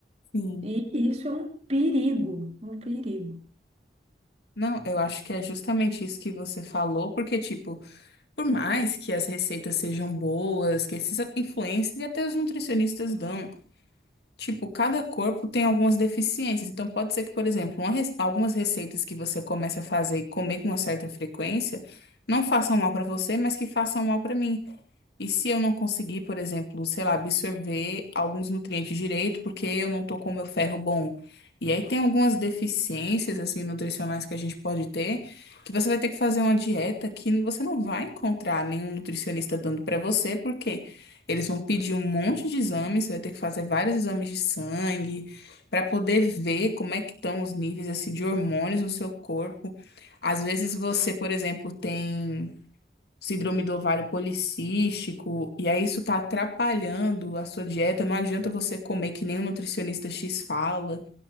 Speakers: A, on the left; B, on the right.
A: sim.
B: E isso é um perigo, um perigo.
A: Não, eu acho que é justamente isso que você falou, porque, tipo, por mais que as receitas sejam boas, que esses influencers e até os nutricionistas dão. Tipo, cada corpo tem algumas deficiências. Então, pode ser que, por exemplo, uma rece- algumas receitas que você comece a fazer e comer com uma certa frequência não façam mal para você, mas que façam mal para mim. E se eu não conseguir, por exemplo, sei lá, absorver alguns nutrientes direito, porque eu não tô com o meu ferro bom. E aí tem algumas deficiências, assim, nutricionais que a gente pode ter, que você vai ter que fazer uma dieta que você não vai encontrar nenhum nutricionista dando pra você, porque eles vão pedir um monte de exames, você vai ter que fazer vários exames de sangue, pra poder ver como é que estão os níveis, assim, de hormônios no seu corpo. Às vezes você, por exemplo, tem síndrome do ovário policístico, e aí isso tá atrapalhando a sua dieta, não adianta você comer que nem o nutricionista X fala.